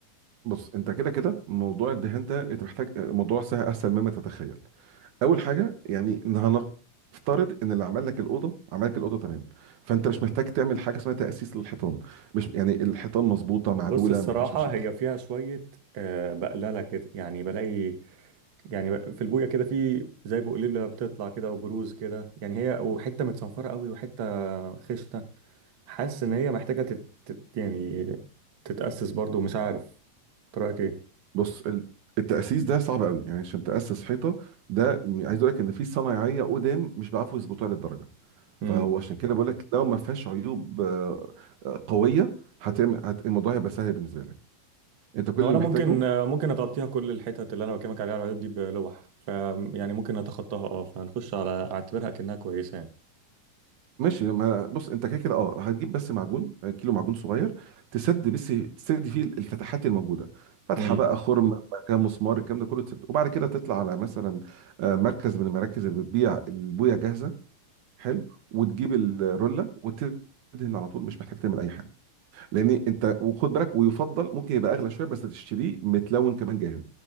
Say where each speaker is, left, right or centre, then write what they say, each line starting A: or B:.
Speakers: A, on the right; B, on the right.
A: بص انت كده كده موضوع الدهان ده انت محتاج آه، موضوع سهل اسهل مما تتخيل اول حاجه يعني إن هنفترض ان اللي عمل لك الاوضه عمل لك الاوضه تمام فانت مش محتاج تعمل حاجه اسمها تاسيس للحيطان مش يعني الحيطان مظبوطه معدوله
B: بص الصراحة
A: ما فيهاش مشاكل
B: هي فيها شوية آه، بقللة كده يعني بلاقي يعني ب- في البوية كده في زي بقليلة بتطلع كده أو بروز كده يعني هي وحتة متصنفرة قوي وحتة خشنة حاسس ان هي محتاجه تت... تت... يعني تتاسس برضو مش عارف إنت رايك ايه
A: بص ال- التاسيس ده صعب قوي يعني عشان تاسس حيطه ده عايز اقول لك ان في صنايعيه قدام مش بيعرفوا يظبطوها للدرجه
B: امم
A: فهو عشان كده بقول لك لو ما فيهاش عيوب آه، آه، قويه هتعمل هت... الموضوع هيبقى سهل بالنسبه لك انت كل
B: هو
A: اللي
B: انا
A: محتاجه
B: ممكن ممكن اغطيها كل الحتت اللي انا بكلمك عليها على العيوب دي بلوح ف يعني ممكن اتخطاها اه فنخش على اعتبرها كأنها كويسه يعني
A: ماشي ما بص انت كده كده اه هتجيب بس معجون آه، كيلو معجون صغير تسد بس تسد فيه الفتحات الموجوده فتحه
B: امم
A: بقى خرم بقى كده مسمار الكلام ده كله تسد وبعد كده تطلع على مثلا آه، مركز من المراكز اللي بتبيع البويه جاهزه حلو وتجيب الروله وتدهن على طول مش محتاج تعمل اي حاجه لان انت وخد بالك ويفضل ممكن يبقى اغلى شويه بس تشتريه متلون كمان جاهز